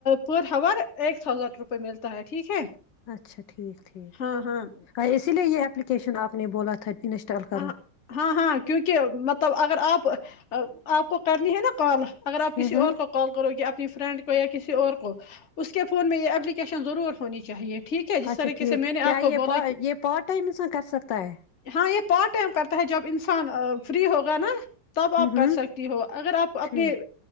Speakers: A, on the left; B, on the left.
A: پر ہور ایک تھاؤزینڈ روپئے ملتا ہے ٹھیک ہے
B: اچھا ٹھیک ٹھیک
A: ہاں ہاں
B: اسی لیے یہ اپپلیکیشن آپ نے بولا تھا انسٹال کرو
A: ہ ہاں ہاں کیونکہ مطلب اگر آپ آپ کو کرنی ہے نا کال اگر آپ کسی
B: ہوں ہوں
A: اور کو کال کرو کہ اپنی فرینڈ یا کسی اور کو اس کے فون میں یہ اپلیکیشن ضرور ہونی چاہیے ٹھیک ہے جس
B: اچھا
A: طریقے
B: ٹھیک
A: سے میں نے
B: کیا
A: آپ کو
B: یہ
A: بولا
B: پا
A: کہ
B: یہ پارٹ ائم میں سا کر سکتا ہے
A: ہاں یہ پارٹ ائم کرتے ہے جب انسان فری ہوگا نا تب آپ
B: ہوں ہوں
A: کر سکتی ہو اگر آپ اپنے
B: ٹھیک